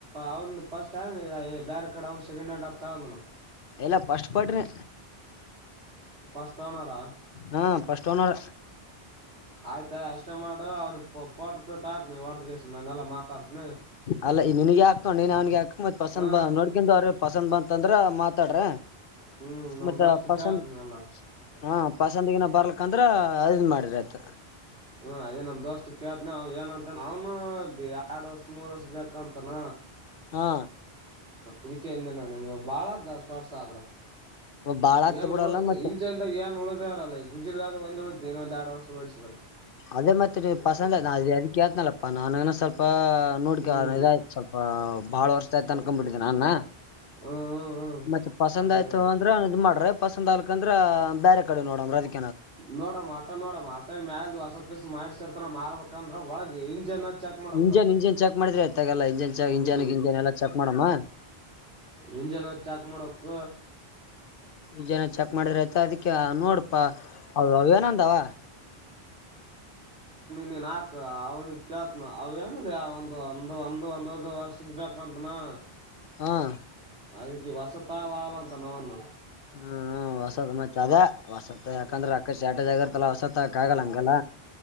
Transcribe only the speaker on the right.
ಅವ್ನ್ ಫಸ್ಟ್ ಹ್ಯಂಡ್ ಬೇರೆ ಕಡೆ ಅವನು ಸೆಕೆಂಡ್ ಹ್ಯಾಂಡ್ ಹತ್ತಂದನ
ಫಸ್ಟ್ ಹನಾರಾ
ಆಯ್ತು ಷ್ಟ ಇಷ್ಟ ಮಾಡು ಅವ್ನ ಪೋಟ ಬಿಟ್ಟಾಕ್ ನೀ ಹೊಡದಗೆಸ ನಾನೆಲ್ಲಾ ಮಾತಾಡ್ತನಿ
ಹಾ
ಹ್ಮ್ ನಮ್
ದೋಸ್ತ್
ಕೇಳ್ತನಲ್ಲ
ಹ್ಮ್ ಅದೇ ನಮ್ ದೋಸ್ತ್ ಕೇತನ ಅವ ಏನಂತ ಅವನು ಎರಡ್ ವರ್ಷ ಮೂರ್ ವರ್ಷ ಬೇಕಂತನ
ಇದಕ್ಕೆ ನ ನಿನ್ಗ ಬಾಳದ್ದಷ್ಟ ವರ್ಸ ಆದ್ರ
ಏನ್
ಉಳು
ಇಂಚೆಂತಾಗ ಏನ್ ಉಳ್ದಾರಲ್ಲಲ್ಲಿ ಗುಜಿರ್ಗ ಆಗ ಒಂದ ಉಳಿತ ಇನ್ನೊಂದ್ ಎರಡ್ ವರ್ಷ ಿಸಿದಿದ್ದಾರೆ
ಹ್ಮ್
ಹ್ಮ್ ಹ್ಮ್
ಅದೇ
ನೋಡಮ್ಮ ಆಟ ನೋಡಮ್ಮ ಆಟ ಮ್ಯಲ್ ಹಸಸ್ ಮಾಡಸರ್ತ ಮಾರ್ಬೇಕಂದ್ರ ಒಳಗ ಇಂಜನ್ ಚೆಕ್ ಮಾಡ್ಬೇಕಲ್ಲ
ಹ್ಮ್
ಇಂಜನ್ ಚಾಕ್ ಮಾಡಕ್
ನೀ ನಾಕು ಅವ್ನ ಕೇತ ಅವೇನದ ಒಂದು ಒಂದು ಒಂದು ಒಂದ ಒ ವರ್ಷದ ಬೇಕಂತ ಹಾ
ಅದಕ್ಕೆ ವಸತಾದ ಆಾಲಂತ ನವುಣ